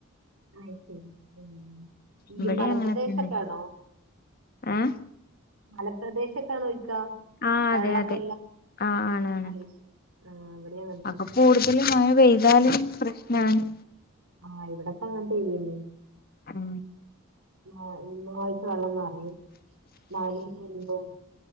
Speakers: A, on the right; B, on the left.
A: അയ്‌ ശരി ഉം ഈ
B: ഇവിടേം
A: മലപ്രദേശൊക്കെ
B: അങ്ങനെ തന്നെ
A: ആണോ
B: ഏഹ്
A: മലപ്രദേശൊക്കെ ആണൊ ചോയിക്ക
B: ആഹ്
A: വെള്ളൊക്കെ
B: അതെ അതെ
A: ഉള്ളെ
B: ആഹ് ആണ് ആണ്
A: അയ്ശരി ആഹ് ഇവടിം അങ്ങ
B: അപ്പൊ കൂടുതൽ മഴ പെയ്താലും പ്രശ്നാണ്
A: ആഹ് ഇവിടെ ഒക്കെ അങ്ങൻത്തെ ഏരിയന്നെ
B: ഉം
A: ആഹ് <unintelligible> വെള്ളം നിറയും മലയും കുന്നും